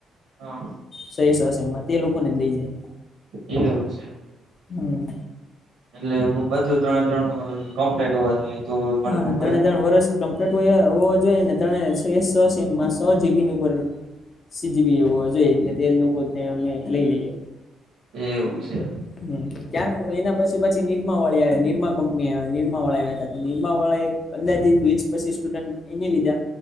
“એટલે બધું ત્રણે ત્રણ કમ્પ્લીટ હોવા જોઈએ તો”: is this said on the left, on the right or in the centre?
Right